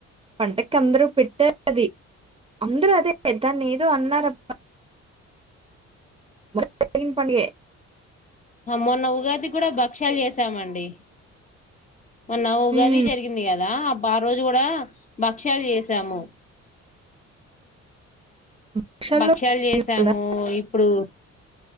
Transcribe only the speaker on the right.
పండక్కి అందరూ పెట్టారు అది అందరూ అదే దాన్ని ఏదో అన్నారుారబ్ మొన్న జరిగిన పండగే
ఉమ్,
రిక్షాల్లో
కదా